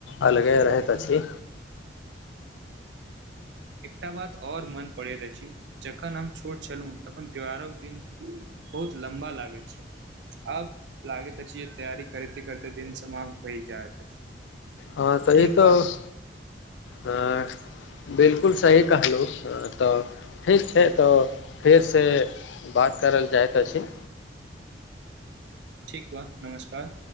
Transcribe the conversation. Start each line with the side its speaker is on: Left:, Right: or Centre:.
Left: अलगे रहैत अछि
Right: इकटा बाद आर मन पड़ैत अछि जखन हम छोट छलहु तखन त्योहारोक दिन बहुत लम्बा लागैत छै आब लागैत अछि जे तैयारी करिते करिते दिन समाप्त भय जाइत अछि
Left: हँ तऽ
Right: ठीक
Left: ई तऽ
Right: बा
Left: ह बिलकुल सही कहलहुँ तऽ ठीक छै तऽ फेरसँ बात करल जाइत अछि
Right: ठीक व नमस्कार